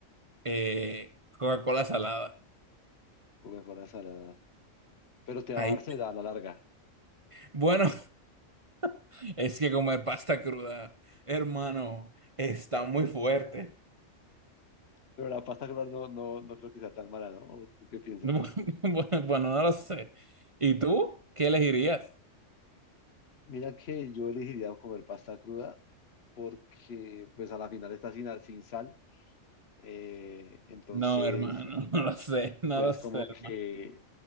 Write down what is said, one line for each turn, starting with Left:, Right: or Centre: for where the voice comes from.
Right: Eh, Coca-Cola salada.
Left: Coca-Cola salada. Pero te
Right: Ahí.
Left: va a dar sed a la larga.
Right: Bueno, <laughs> es que comer pasta cruda, hermano, está muy fuerte.
Left: Pero la pasta cruda no, no, no creo que sea tan mala, ¿no? ¿O ¿Tú qué piensas?
Right: <laughs> Bueno, no lo sé. ¿Y tú? ¿Qué elegirías?
Left: Mira que yo elegiría comer pasta cruda porque pues a la final está sin, sin sal. Eh, entonces...
Right: No, hermano, <laughs> no lo sé, no
Left: pues
Right: lo sé,
Left: como
Right: hermano.
Left: que